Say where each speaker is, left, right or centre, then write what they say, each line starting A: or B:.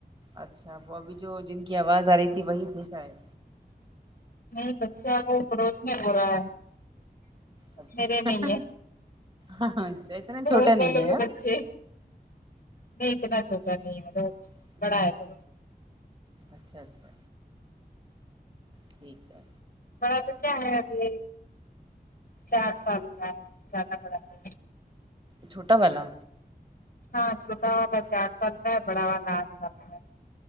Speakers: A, on the right; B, on the left.
A: اچھا وہ ابھی جو جن کی آواز آ رہی تھی وہی تھی شاید
B: نہیں بچہ وہ پڑوس میں ب رہا ہے
A: اچھا
B: میرے نہیں ہے
A: ہاں اچھا اتنا
B: پڑوس
A: چھوٹا
B: والوں
A: نہیں ہے
B: کے بچے نہیں اتنا چھوٹا نہیں ہے
A: ہوں
B: بڑا ہے تو
A: اچھا اچھا ٹھیک ہے
B: بڑا تو کیا ہے ابھی چار سال کا ہے زیادہ بڑا تو
A: چھوٹا والا
B: ہاں چھوٹا والا چار سال کا ہے بڑا والا آٹھ سال کا ہے